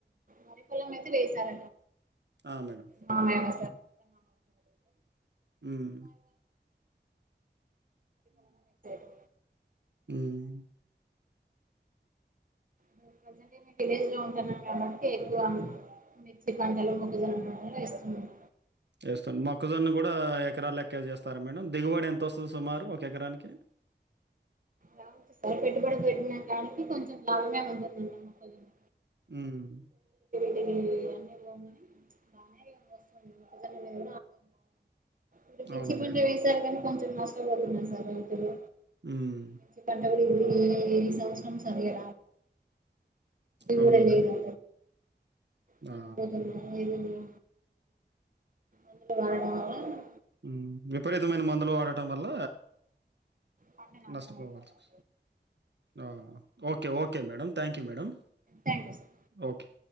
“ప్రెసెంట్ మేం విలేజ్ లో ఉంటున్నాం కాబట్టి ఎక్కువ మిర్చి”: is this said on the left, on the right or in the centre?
Right